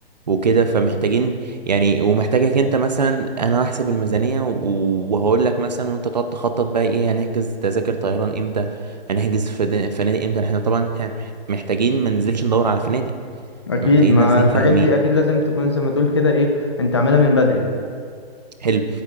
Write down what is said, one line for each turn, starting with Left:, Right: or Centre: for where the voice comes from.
Right: وكده فمحتاجين يعني ومحتاجك انت مثلا انا هحسب الميزانية و- وهقول لك مثلا وانت تقعد تخطط بقى ايه هنحجز تذاكر طيران امتى هنحجز فدا- فنادق امتى احنا طبعا محتاجين ما ننزلش ندور على فنادق
Left: اكيد
Right: احنا محتاجين
Left: ما
Right: نازلين
Left: الحاجات
Right: فاهمين
Left: دي اكيد لازم تكون زي ما تقول كده ايه انت عاملها من بدري
Right: حلو